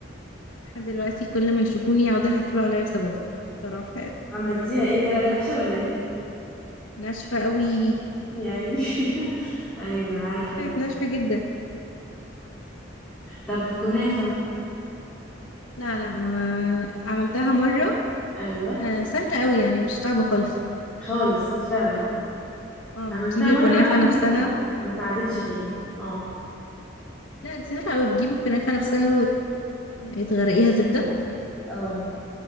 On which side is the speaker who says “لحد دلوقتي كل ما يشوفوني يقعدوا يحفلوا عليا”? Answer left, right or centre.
Left